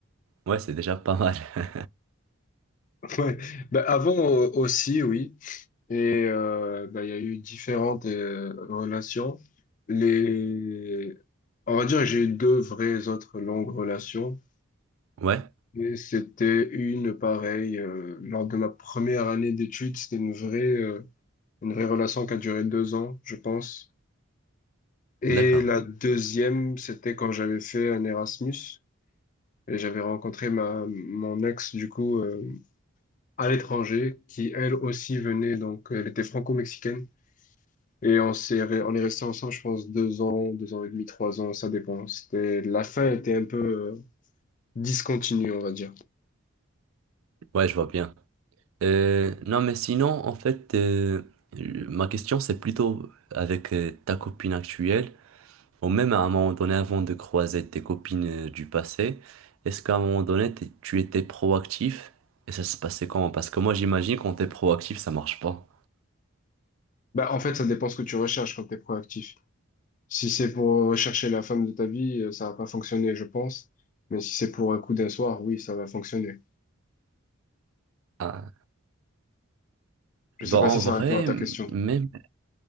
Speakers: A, on the right (about 70°); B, on the left (about 35°).
A: Ouais, c'est déjà pas mal. <laughs>
B: <laughs> Ouais. Bah, avant euh, aussi, oui. Et euh, bah, il y a eu différentes euh, relations. Les, on va dire que j'ai eu deux vraies autres longues relations.
A: Ouais,
B: Et c'était une pareille euh, lors de ma première année d'études, c'était une vraie euh, une vraie relation qui a duré deux ans, je pense. Et
A: d'accord.
B: la deuxième, c'était quand j'avais fait un Erasmus et j'avais rencontré ma mon ex du coup euh, à l'étranger, qui elle aussi venait donc elle était franco-mexicaine et on s'est re- on est resté ensemble, je pense deux ans, deux ans et demi, trois ans, ça dépend. C'était la fin était un peu euh, discontinue, on va dire.
A: Ouais, je vois bien. Euh, non, mais sinon, en fait, euh, ma question, c'est plutôt avec euh, ta copine actuelle, ou même à un moment donné, avant de croiser tes copines euh, du passé, est-ce qu'à un moment donné, t'es- tu étais proactif? Et ça se passait comment? Parce que moi, j'imagine, quand t'es proactif, ça marche pas.
B: Bah en fait, ça dépend ce que tu recherches quand t'es proactif. Si c'est pour chercher la femme de ta vie, euh, ça va pas fonctionner, je pense. Mais si c'est pour un coup d'un soir, oui, ça va fonctionner.
A: Ah,
B: Je
A: Bah,
B: sais pas
A: en
B: si ça
A: vrai,
B: répond à ta question.
A: même,